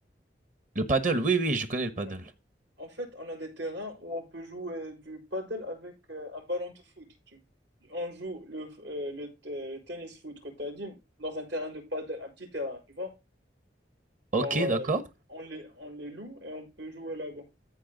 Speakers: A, on the right; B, on the right.
A: Le paddle, oui, oui, je connais le paddle.
B: Ouais. En fait, on a des terrains où on peut jouer du paddle avec euh, un ballon de foot. Tu- On joue le, euh, le, t- le tennis foot que tu as dit dans un terrain de paddle, un petit terrain, tu vois? Genre,
A: Ok,
B: euh,
A: d'accord.
B: on les, on les loue et on peut jouer là-bas.